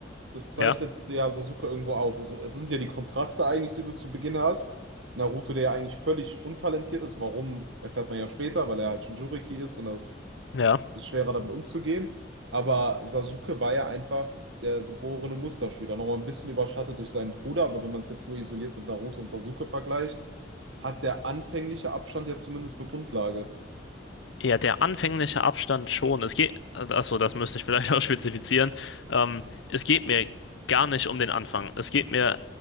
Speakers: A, on the right; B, on the left.
A: das zeichnet
B: ja,
A: ja Sasuke irgendwo aus. Also es sind ja die Kontraste eigentlich, die du zu Beginn hast. Naruto, der ja eigentlich völlig untalentiert ist, warum, erfährt man ja später, weil er halt Jinchuriki ist und das,
B: ja.
A: das ist schwerer damit umzugehen. Aber Sasuke war ja einfach der geborene Musterschüler. Nochmal ein bisschen überschattet durch seinen Bruder, aber wenn man es jetzt nur isoliert mit Naruto und Sasuke vergleicht, hat der anfängliche Abstand ja zumindest eine Grundlage.
B: Ja, der anfängliche Abstand schon. Es geht, achso, das müsste ich vielleicht <laughs> auch spezifizieren. Ähm, es geht mir gar nicht um den Anfang. Es geht mir